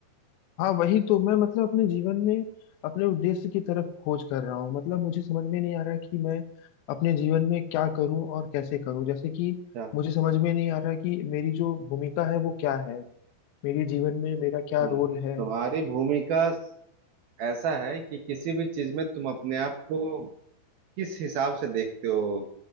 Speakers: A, on the left (about 80°); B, on the right (about 65°).
A: हाँ वही तो मैं मतलब अपने जीवन में अपने उद्देश्य की तरफ खोज कर रहा हूँ मतलब मुझे समझ में नहीं आ रहा कि मैं अपने जीवन में क्या करूँ और कैसे करूँ जैसे कि
B: अच्छा
A: मुझे समझ में नहीं आ रहा कि मेरी जो भूमिका है वो क्या है मेरे जीवन में मेरा क्या
B: तुम
A: रोल है
B: तुम्हारी भूमिका ऐसा है कि किसी भी चीज में तुम अपने आप को किस हिसाब से देखते हो